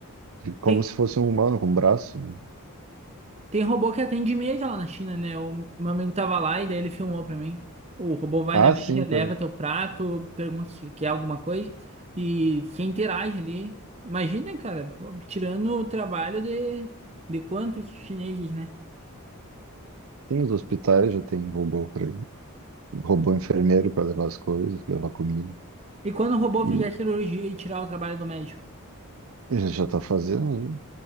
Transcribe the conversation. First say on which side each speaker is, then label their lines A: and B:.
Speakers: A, on the right; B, on the right.
A: como
B: tem,
A: se fosse um humano, com um braço. né?
B: tem robô que atende média lá na China, né? O meu amigo tava lá e daí ele filmou pra mim. O robô vai
A: Ah,
B: na média,
A: sim, tá.
B: leva teu prato, pergunta se quer alguma coisa e se interage ali. Imagina, cara, pô, tirando o trabalho de, de quantos chineses, né?
A: Tem os hospitais, já tem robô para ir. Robô enfermeiro para levar as coisas, levar comida.
B: E quando o robô
A: E
B: fizer cirurgia e tirar o trabalho do médico?
A: ele já está fazendo, né?